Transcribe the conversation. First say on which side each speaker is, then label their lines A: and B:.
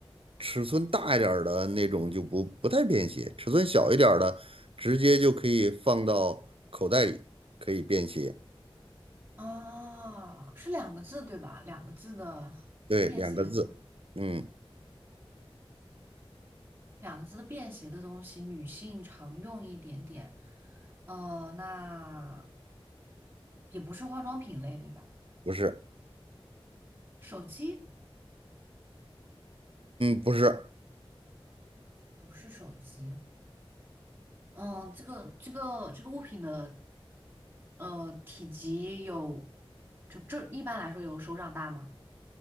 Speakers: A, on the right; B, on the right.
A: 尺寸大一点儿的那种就不不太便携，尺寸小一点儿的直接就可以放到口袋里，可以便携。
B: 哦，是两个字对吧？两个字的便携，
A: 对，两个字。嗯，
B: 两个字的便携的东西，女性常用一点点。呃，那也不是化妆品类对吧？
A: 不是，
B: 手机
A: 嗯不是，
B: 不是手机。嗯，这个这个这个物品的呃体积有，就这一般来说有手掌大吗？